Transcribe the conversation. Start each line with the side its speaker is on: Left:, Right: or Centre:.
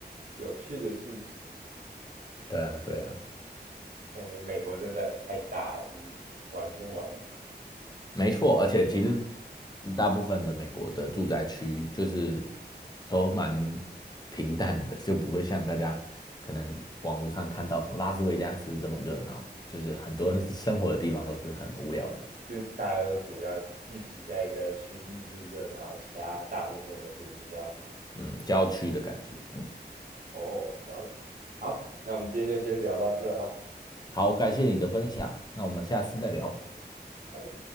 Right: 有趣的事情。
Left: 对啊对啊。
Right: 感觉美国真的太大了，就是玩不完，
Left: 没错，而且其实大部分的美国的住宅区就是都蛮平淡的，就不会像大家可能网络上看到什么拉斯维加斯这么热闹，就是很多人 <laughs> 生活的地方都是很无聊的，
Right: 就大家都主要聚集在一个区域是热闹，其他大部分都是比较
Left: 嗯，
Right: 一般。
Left: 郊区的感觉，嗯，
Right: 哦，了解。好，那我们今天就先聊到这了，
Left: 好，感谢你的分享，那我们下次再聊。
Right: 拜。